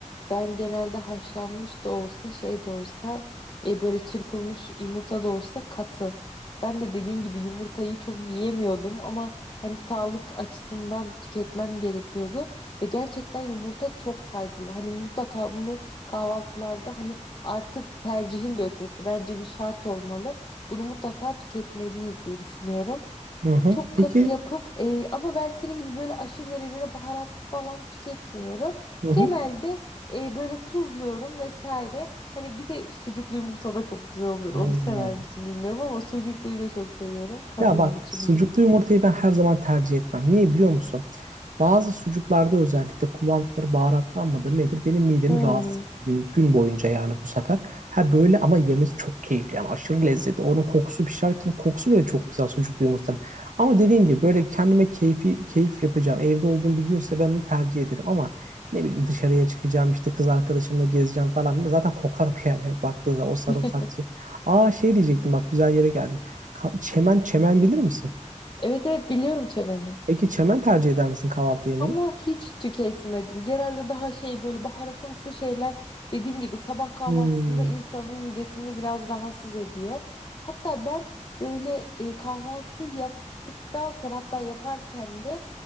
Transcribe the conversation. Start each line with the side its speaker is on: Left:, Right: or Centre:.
Left: Ben genelde haşlanmış da olsa şey de olsa e, böyle çırpılmış yumurta da olsa katı. Ben de dediğin gibi yumurtayı çok yiyemiyordum ama hani sağlık açısından tüketmem gerekiyordu ve gerçekten yumurta çok faydalı. Hani mutlaka bunu kahvaltılarda hani artık tercihin de ötesi bence bir şart olmalı. Bunu mutlaka tüketmeliyiz diye düşünüyorum
Right: Hı hı.
Left: çok
Right: Peki.
Left: katı yapıp e, ama ben senin gibi böyle aşırı derecede baharat falan tüketmiyorum.
Right: Hı hı.
Left: Genelde e, böyle tuzluyorum vesaire. Hani bir de sucuklu yumurta da çok güzel olur.
Right: Hmm.
Left: Onu sever misin bilmiyorum ama sucukluyu da çok seviyorum. Katı
Right: Ya bak
Left: bir biçimde.
Right: sucuklu yumurtayı ben her zaman tercih etmem. Niye biliyor musun? Bazı sucuklarda özellikle kullandıkları baharatlar mıdır nedir benim midemi
Left: Hmm.
Right: rahatsız ediyor. Gün, gün boyunca yani bu sefer. Ha böyle ama yemesi çok keyifli yani aşırı lezzetli. Onun kokusu pişerken kokusu bile çok güzel sucuklu yumurtanın. Ama dediğim gibi böyle kendime keyfi, keyif yapacağım. Evde olduğum bir günse ben onu tercih ederim ama ne bileyim dışarıya çıkacağım işte kız arkadaşımla gezeceğim falan. Zaten kokarım <laughs> yani baktığınızda o sarımsak.
Left: <laughs>
Right: suyu. Aa şey diyecektim bak güzel yere geldi. Ka- Çemen, çemen bilir misin?
Left: Evet evet biliyorum çemeni.
Right: Peki çemen tercih eder misin kahvaltı yemeği?
Left: Ama hiç tüketmedim. Genelde daha şey böyle baharatımsı şeyler dediğin gibi sabah kahvaltısında
Right: Hmm.
Left: insanın midesini biraz rahatsız ediyor. Hatta ben böyle e, kahvaltı yaptıktan sonra hatta yaparken de